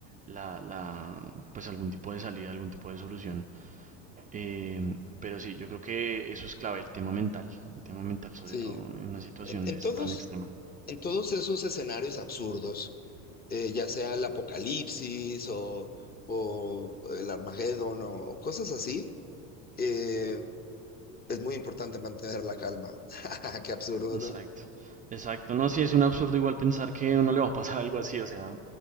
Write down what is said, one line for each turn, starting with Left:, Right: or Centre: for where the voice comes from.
Right: la, la, pues, algún tipo de salida, algún tipo de solución. Em, pero sí, yo creo que eso es clave, el tema mental, el tema mental sobre
Left: Sí,
Right: todo en una situación
Left: en, en
Right: de esa
Left: todos,
Right: tan extrema.
Left: en todos esos escenarios absurdos, eh, ya sea el apocalipsis o, o el Armagedón o cosas así, eh, es muy importante mantener la calma. <laughs> Qué absurdo,
Right: Exacto,
Left: ¿no?
Right: exacto. No, sí es un absurdo igual pensar que a uno le va a pasar <laughs> algo así, o sea,